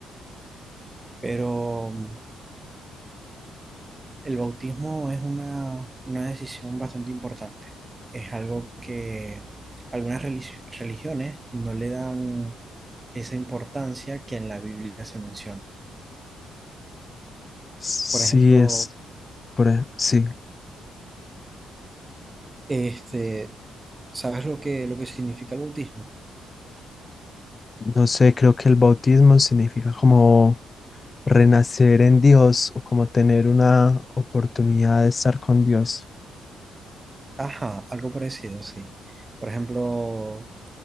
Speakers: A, on the right; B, on the left.
A: Pero mm, el bautismo es una, una decisión bastante importante. Es algo que algunas relig- religiones no le dan esa importancia que en la Biblia se menciona.
B: Sí
A: Por ejemplo,
B: es, por, e- sí,
A: Este, ¿sabes lo que, lo que significa el bautismo?
B: no sé, creo que el bautismo significa como renacer en Dios o como tener una oportunidad de estar con Dios.
A: Ajá, algo parecido, sí. Por ejemplo,